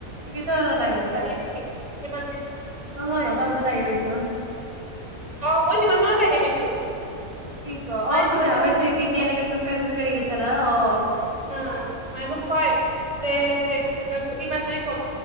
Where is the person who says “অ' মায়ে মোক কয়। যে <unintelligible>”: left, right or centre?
Right